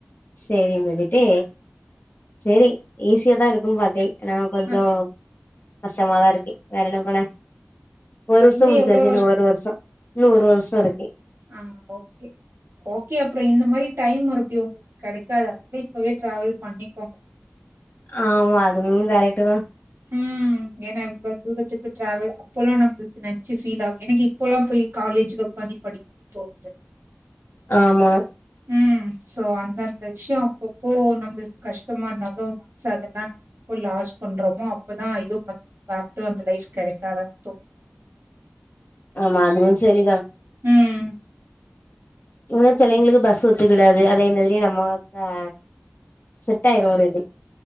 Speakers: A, on the left; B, on the right.
A: சேரின் சொல்லிட்டு சேரி ஈஸியாதா இருக்குன் பாத்தே ஏனா கொஞ்சோ
B: ஆ
A: கஷ்டமாதா இருக்கு வேற என்ன பண்ண ஒரு வருஷோ
B: இன்னு
A: முடிச்சாச்சு
B: எவ்ளோ
A: இன்னு ஒரு வருஷோ இன்னு ஒரு வருஷோ இரு
B: ஆ ஓகே ஓகே அப்றோ இந்த மாரி டைம் மறுபடி உங்களுக்கு கெடை க்காது அப்டியே போய் டிராவல் பண்ணிக்கோங்க
A: ஆமா அதுவும் கரெக்ட்டுதா
B: ம் ஏனா இவ்ளோ தூரத்துக்கு ட்ராவல் அப்போல்லா நம்மளுக்கு நெனச்சு ஃபீல் ஆகு எனக்கு இப்போல்லா போய் காலேஜ்ல உக்காந்து படிக் தோணுது <inaudible>
A: ஆமா
B: ம் சோ அந்தந்த விஷ்யோ அப்பப்போ நம்மள்க்கு கஷ்டமா இருந்தா கூட மனசு அதெல்லா எப்போ லாஸ் பண்றமோ அப்பதா ஐயோ <inaudible> பேக் டூ அந்த லைஃப் கெடைக்காதான்னு தோணு <inaudible>
A: ஆமா அதுவும் சரிதான்
B: ம்
A: இல்ல தோழி எங்களுக்கு பஸ் ஒத்துக்கிடாது அதே மாதிரி நம்ம க செட் ஆயிரு ஒரு இது